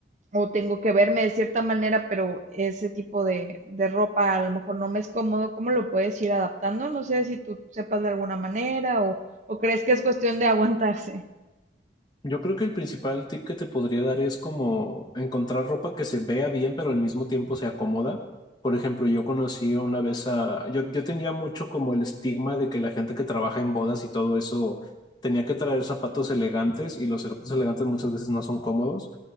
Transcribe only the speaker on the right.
o tengo que verme de cierta manera, pero ese tipo de, de ropa a lo mejor no me es cómodo, ¿cómo lo puedes ir adaptando? No sé si tú sepas de alguna manera o, o crees que es cuestión de aguantarse.